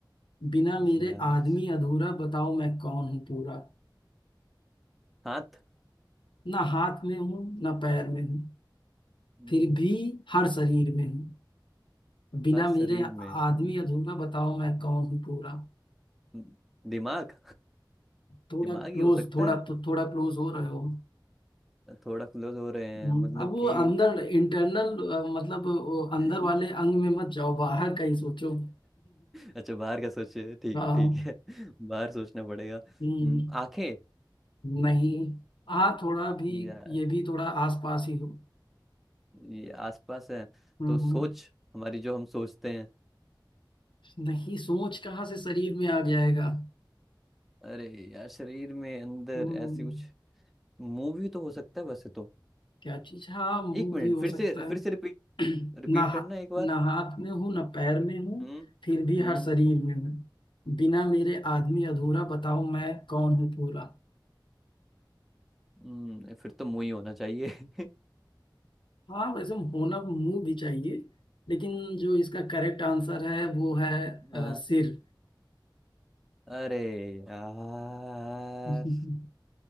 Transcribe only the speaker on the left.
बिना मेरे
आदमी अधूरा बताओ मैं कौन हूँ पूरा
ना हाथ में हूँ ना पैर में हूँ
फिर भी हर शरीर में हूँ बिना
मेरे
आदमी अधूरा बताओ मैं कौन हूँ पूरा
थोड़ा
क्लोज
थोड़ा
तो थोड़ा क्लोज हो रहे हो
हम्म,
अब वो
अंदर इंटरनल मतलब वो अंदर
वाले अंग में मत जाओ बाहर का ही सोचो <laughs>
हाँ
हम्म,
नहीं आ थोड़ा भी
ये भी थोड़ा आसपास ही हो
हम्म
नहीं सोच कहाँ से शरीर में आ जाएगा
हम्म
क्या चीज हाँ मुंह
भी हो
सकता
है <clears throat>
ना हा-
ना हाथ में हूँ ना पैर में हूँ
फिर भी
हर शरीर में हूँ बिना मेरे आदमी अधूरा बताओ मैं कौन हूँ पूरा
हाँ वैसे होना मुंह भी चाहिए लेकिन जो इसका करेक्ट आंसर है वो है अ,
सिर
<laughs>